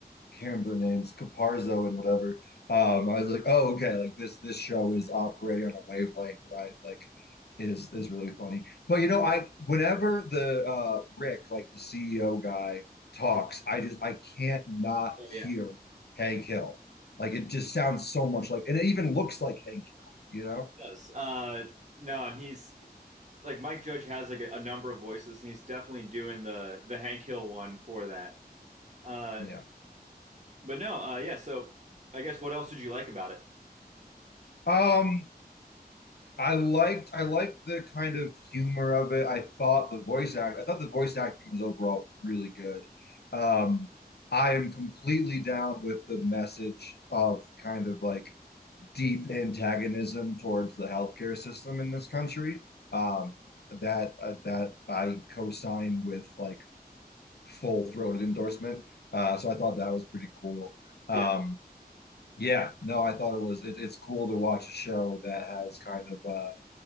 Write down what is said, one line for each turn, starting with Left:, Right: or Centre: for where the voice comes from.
Left: I can't remember their names, Caparzo and whatever, um, I was like, oh, okay, like this this show is operating on a wavelength that I like is is really funny. But you know, I whenever the uh, Rick, like the CEO guy, talks, I just I can't not
Right: yeah,
Left: hear Hank Hill. Like it just sounds so much like, and it even looks like Hank Hill. You know?
Right: it does. Uh, no, and he's like Mike Judge has like a, a number of voices, and he's definitely doing the the Hank Hill one for that. Uh,
Left: Yeah.
Right: but no, uh, yeah. So I guess what else did you like about it?
Left: Um, I liked I liked the kind of humor of it. I thought the voice act I thought the voice acting was overall really good. Um, I am completely down with the message of kind of like deep antagonism towards the healthcare system in this country. Um, that uh, that I co-signed with like full-throated endorsement. Uh, so I thought that was pretty cool. Um,
Right: Yeah,
Left: Yeah, no, I thought it was it, it's cool to watch a show that has kind of uh,